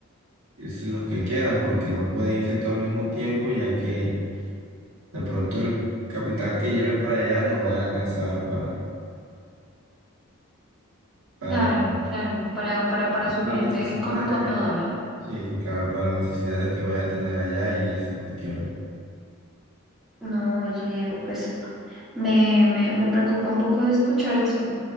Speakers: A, on the right; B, in the centre.
A: irse los que quedan, porque no pueden irse todo al mismo tiempo, ya que de pronto el capital que lleve para allá no va a alcanzar para, para
B: Claro, claro, para, para, para suplirte
A: las necesidades
B: como con
A: allá.
B: todo, ¿no?
A: Sí, sí, claro, para las necesidades que vaya a tener allá y esas cuestiones.
B: No, oye, Diego, pues me, me, me preocupa un poco de escuchar eso.